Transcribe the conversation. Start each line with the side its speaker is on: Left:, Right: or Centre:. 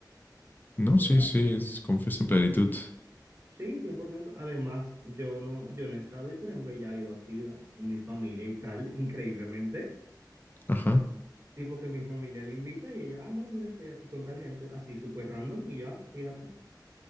Left: No, sí,
Right: O sea,
Left: sí,
Right: porque
Left: es- confías en plenitud.
Right: sí, cien por ciento Además, yo no, yo no he estado y, por ejemplo, ella ha ido a actividades con mi familia y tal, increíblemente.
Left: Ajá.
Right: Tipo que mi familia le invita y ella, ah, no, mira, estoy aquí con tal gente, así súper random y ya, fíjate.